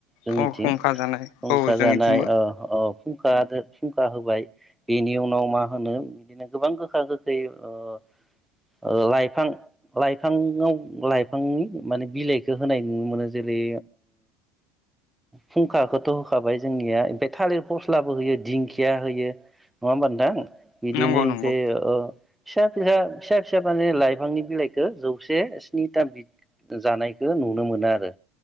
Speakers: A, in the centre; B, on the left.
A: जोंनिथिं
B: अ खुंखा जानाय
A: फुंखा
B: औ जोंनिथिंबो
A: जानाय ओ फुंखा फुंखा होबाय बेनि उनाव मा होनो बिदिनो गोबां गोखा गोखै ओ ओ लाइफां लाइफाङाव लाइफांनि माने बिलाइखौ होनाय नुनो मोनो जेरै फुंखाखौथ' होखाबाय जोंनिया ओमफ्राय थालिर फस्लाबो होयो दिंखिया होयो नङा होमबा नोंथां बिदिनो
B: नंगौ
A: ओमफ्राय
B: नंगौ
A: फिसा फिसा फिसा फिसा माने लाइफांनि बिलाइखौ जौसे स्निथा बिद जानायखौ नुनो मोनो आरो